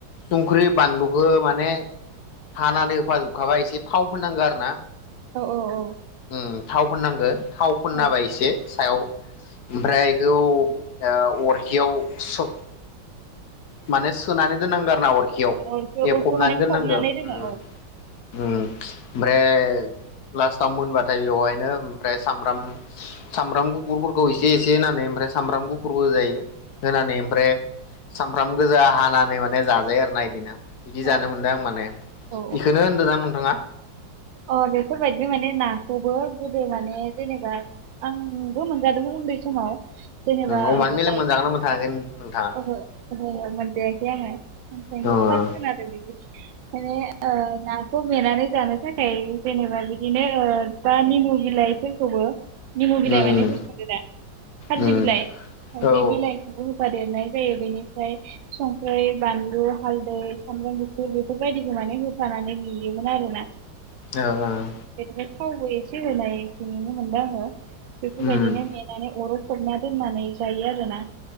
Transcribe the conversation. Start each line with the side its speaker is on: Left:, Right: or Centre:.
Left: संख्रि बानलुखौ माने हानानै होफाजोबखाबा एसे थाव फोननांगौ आरो ना
Right: औ औ औ
Left: उम थाव फोननांगो थाव फोनना
Right: औ
Left: होबाय एसे सायाव ओमफ्राय एखौ ओ अरखियाव सब माने सोनानै दोननांगो आरोना अरखि
Right: अरखौ
Left: एफबनानै
Right: अरखौ माने
Left: दोननांगो
Right: फबनानै
Left: उम
Right: दोनो
Left: ओम ओमफ्राय लास्टाव मोनबाथाय बेवहायनो ओमफ्राय सामब्राम सामब्राम गुफुरफोरखौ एसे एसे होनानै ओमफ्राय सामब्राम गुफुरबो होजायो होनानै ओमफ्राय ओंखाम गोजा हानानै माने जाजायो आरो ना इदिना बिदि
Right: औ
Left: जानो
Right: ओ औ
Left: मोनदों आं माने
Right: औ
Left: इखोनो होनदों ना नोंथाङा
Right: अ बेफोरबायदि माने नाखौबो गोदो माने जेनेबा आंबो मोनजादोंमोन उन्दै समाव जेनेबा
Left: अमानि
Right: ओ
Left: मेलेम
Right: लाइ
Left: मोनजागोना मोनथाङाखै नोंथाङा
Right: <unintelligible> मोनजायाखै आङो ओंखायनो
Left: अ
Right: फार्स‌ खोनादों आरो बिदि नाखौ मेनानै जानो थाखाय थाखाय जेनेबा बिदिनो ओ दा निमु बिलाइफोरखौबो निमु बिलाइ
Left: उम
Right: माने बुजिदो दा खारजि
Left: उम
Right: बिलाइ
Left: औ
Right: बे
Left: ओ
Right: बिलाइखौबो होफादेरनाय जायो बेनिफ्राय संख्रै बानलु हालदै सामब्राम गुफुर बेफोरबायदिखौ माने होफानानै जुयोमोन आरोना
Left: ओं ओं ओं
Right: बेनिफ्राय थावबो एसे होनायखौ नुनो मोनदों आङो बेफोरबायदिनो
Left: उम
Right: मेनानानै अराव फबना दोननानै जायो आरोना